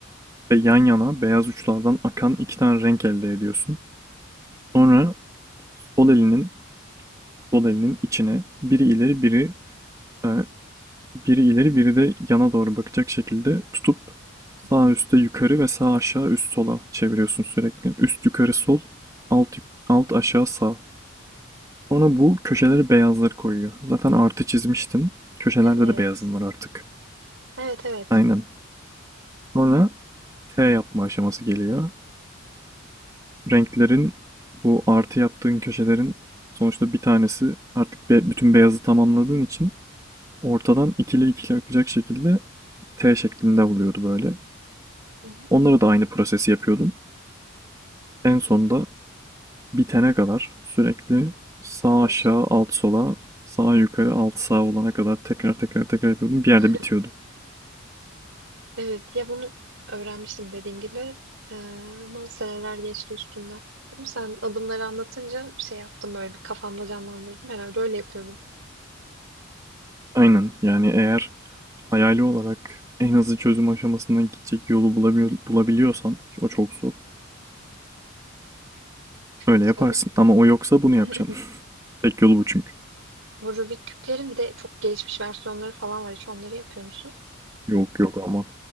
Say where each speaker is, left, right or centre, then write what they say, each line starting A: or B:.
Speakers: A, on the right; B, on the right.
A: ve yan yana beyaz uçlardan akan iki tane renk elde ediyorsun. Sonra sol elinin sol elinin içine biri ileri biri e, Biri ileri biri de yana doğru bakacak şekilde tutup sağ
B: Hı hı.
A: üste yukarı ve sağ aşağı üst sola çeviriyorsun sürekli. Üst yukarı sol, alt, alt aşağı sağ. Sonra bu köşeleri beyazları koyuyor. Zaten artı çizmiştin. Köşelerde
B: Evet.
A: de beyazım var artık.
B: Evet evet.
A: Aynen. Sonra T yapma aşaması geliyor. Renklerin bu artı yaptığın köşelerin sonuçta bir tanesi artık be- bütün beyazı tamamladığın için ortadan ikili ikili akacak şekilde T şeklinde oluyordu böyle.
B: Hı hı.
A: Onlara da aynı prosesi yapıyordum. En sonunda bitene kadar sürekli sağ
B: Evet.
A: aşağı alt sola sağ yukarı alt sağ olana kadar tekrar tekrar tekrar yapıyordum. Bir yerde
B: <laughs>
A: bitiyordu.
B: Evet ya bunu öğrenmiştim dediğim gibi Ee, ama seneler geçti üstünden. Değil mi? Sen adımları anlatınca şey yaptım böyle bir kafamda canlandırdım. Herhalde öyle yapıyordum.
A: Aynen yani eğer hayali olarak en hızlı çözüm aşamasına gidecek yolu bulamıyor, bulabiliyorsan ki o çok zor. Öyle
B: Şey,
A: yaparsın ama o yoksa bunu yapacaksın.
B: <clears throat>
A: <laughs> Tek yolu bu çünkü.
B: bu Rubik küplerin bir de çok gelişmiş versiyonları falan var. Hiç onları yapıyor musun?
A: Yok yok aman.